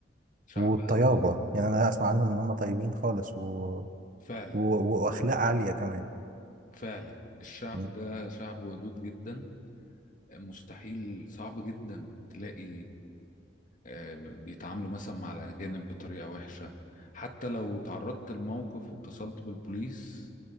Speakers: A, on the left; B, on the right.
A: شعب
B: والطيابة
A: طيب
B: يعني أنا أسمع عنهم إن هم طيبين خالص و...
A: فعلا
B: و... وأخلاق عالية كمان
A: فعلا الشعب
B: مم.
A: ده شعب ودود جدا مستحيل صعب جدا تلاقي آه، بيتعاملوا مثلا مع الأجانب بطريقة وحشة حتى لو تعرضت لموقف واتصلت بالبوليس